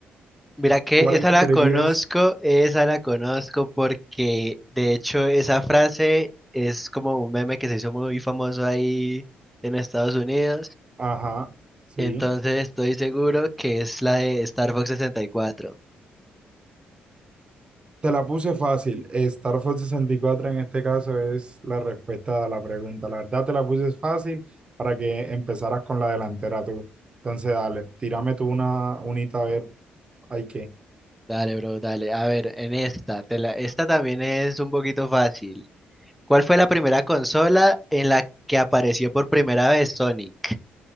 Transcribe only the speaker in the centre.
Mira que
esa la
conozco, esa la conozco porque de hecho esa frase es como un meme que se hizo muy famoso ahí en Estados Unidos.
Entonces estoy seguro que es la de Star Fox sesenta y cuatro.
Dale, bro, dale. A ver, en esta, te la- esta también es un poquito fácil. ¿Cuál fue la primera consola en la que apareció por primera vez Sonic?